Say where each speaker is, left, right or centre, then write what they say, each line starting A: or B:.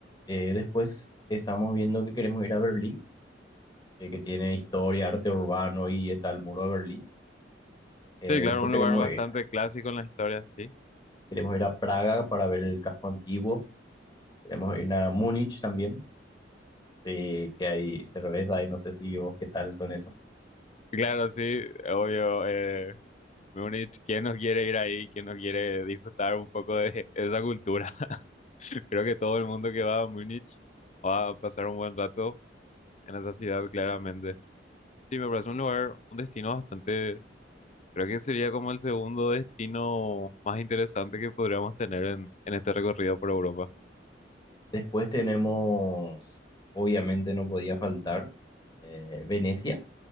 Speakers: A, on the left; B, on the left.
A: Eh, después estamos viendo que queremos ir a Berlín, eh, que tiene historia, arte urbano y está el muro de Berlín. Eh,
B: Sí, claro,
A: después
B: un
A: queremos,
B: lugar bastante
A: ir-
B: clásico en la historia, sí.
A: queremos ir a Praga para ver el casco antiguo. Queremos ir a Múnich también Sí, que hay cerveza y no sé si vos qué tal con eso.
B: Claro, sí, obvio. Eh, Mejor dicho, ¿quién no quiere ir ahí? ¿Quién no quiere disfrutar un poco de esa cultura? <laughs> Creo que todo el mundo que va a Múnich va a pasar un buen rato en esa ciudad, claramente. Sí, me parece un lugar, un destino bastante, creo que sería como el segundo destino más interesante que podríamos tener en, en este recorrido por Europa.
A: Después tenemos, obviamente no podía faltar, eh, Venecia,